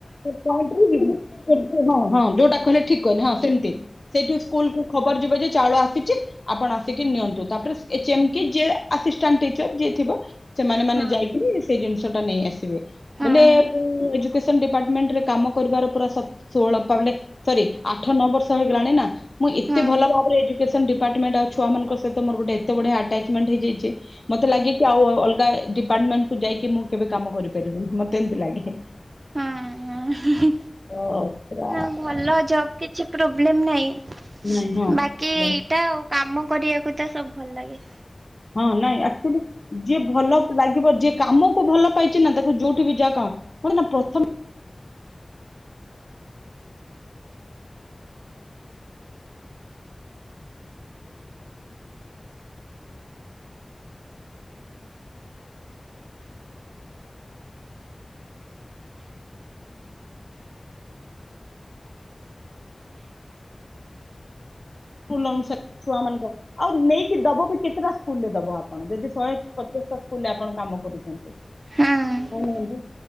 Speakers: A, on the left; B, on the right.
A: ସେ ପଏଣ୍ଟରୁ <unintelligible> ହଁ ହଁ ଯୋଉଟା। କହିଲେ ଠିକ କହିଲେ ହଁ ସେମତି ସେଇଠୁ ସ୍କୁଲକୁ ଖବର ଯିବ ଯେ ଚାଉଳ ଆସିଚି ଆପଣ ଆସିକି ନିଅନ୍ତୁ। ତାପରେ ସ୍ ଏଚ୍ ଏମ୍ କି ଆସିଷ୍ଟାଣ୍ଟ ଟିରର ଯିଏ ଥିବ। ସେମାନେ ମାନେ
B: ହଁ
A: ଯାଇକିରି ସେଇ ଜିନିଷ ନେଇ ଆସିବେ।
B: ହଁ
A: ବଲେ କୋଉ ଏଜୁ- କେସେମ୍ ଡିପାଟ୍ ସେଣ୍ଟରରେ କାମ କରିବାର ପୁରା ସ ଷୋଳ ପାଉନେ ସରି ଆଠ ନଅ ବର୍ଷ ହେଇଗଲାଣି ନାଁ ମୁଁ ଏତେ
B: ହଁ
A: ଭଲ ଭାବରେ ଏଜୁକେସନ୍ ଡିପ୍ ପାଟମେଣ୍ଟ୍ ଆଉ ଛୁଆମାନଙ୍କର ସହିତ ମୋର ଗୋଟେ ଏତେ ବଢ଼ିଆ ଆଟଚମେଣ୍ଟ ହେଇଯାଇଛି ମତେ ଲାଗେ କି ଆଉ ଅଲଗା ଡିପାର୍ଟମେଣ୍ଟ ଯାଇକି ମୁଁ କେବେ କାମ କରିପାରିବନି। ମତେ ଏମିତି ଲାଗେ।
B: ହଁ ହଁ
A: ଅ ପୁରା
B: ନାଁ ଭଲ ଜବ କିଛି ପ୍ରୋବ୍ଲେମ ନାହିଁ
A: ନାଇଁ ହଁ
B: ବାକି
A: ବଢି
B: ଏଇଟା ଆଉ କାମ। କରିବାକୁ ତ ସବୁ ଭଲ ଲାଗେ।
A: ହଁ <unintelligible> ଯିଏ ଭଲ ପିଲା। ଥିବ ଯିଏ କାମକୁ ଭଲ ପାଇଚି ନା ତାକୁ ଯୋଉଠି ବି ଯାହା କଁ ପୁଣି ନାଁ ପ୍ରଥ କୁଲ୍ ଅନୁସାରେ ଛୁଆମାନଙ୍କ ଆଉ ନେଇକି ଦବ ବି କେତେଟା ସ୍କୁଲରେ ଦବ ଆପଣ ଯଦି ଶହେ ପଚାଶଟା ସ୍କୁଲରେ ଆପଣ କାମ କରୁଚନ୍ତି କୋହୁନାହାନ୍ତି
B: ହଁ